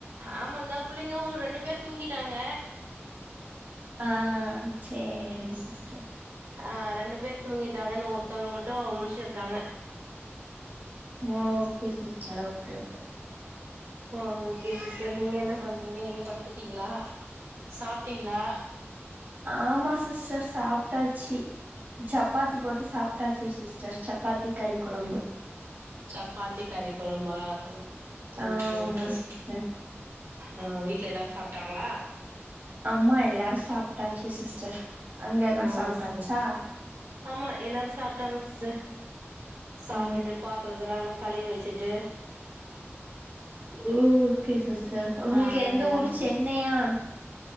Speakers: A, on the right; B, on the right.
A: ஆமா இந்தா பிள்ளைங்களு ஒரு ரெண்டு பேர் தூங்கிட்டாங்க
B: ஆ சேரி சிஸ்டர்
A: ஆ ரெண்டு பேர் தூங்கிட்டாங்க இன்னு ஒர்த்தோங்க மட்டு முழிச்சுருக்காங்க
B: okay sister okay okay
A: okay sister நீங்க என்ன பண்றீங்க நீங்க படுத்துட்டீங்களா சாப் டிங்ளா
B: ஆமா சிஸ்டர் சாப்டாச்சி சப்பாத்தி போட்டு சாப்டாச்சி சிஸ்டர் சப்பாத்தி கறி கொழம்பு
A: சப்பாத்திக் கறி கொழம்பா ஓகே
B: ஆ
A: ஓகே
B: ஆமா
A: ஓகே
B: சிஸ்டர்
A: ஆ வீட்ல எல்லாரு சாப்டாங்களா
B: ஆமா எல்லாரு சாப்ட்டாச்சு சிஸ்டர் அங்க எல்லா சாப்ட்டாச்சா
A: ஆ செ ஆமா எல்லாரு சாப்ட்டாங்க சிஸ்டர் சாப்ட்டுட்டு
B: ஓ
A: பாத்தரத்தலா நல்லா கழுவி வெச்சுட்டு
B: ஓக்கே சிஸ்டர் உங்குளுக்கு
A: ஆ
B: எந்த
A: எல்லா
B: ஊரு சென்னையா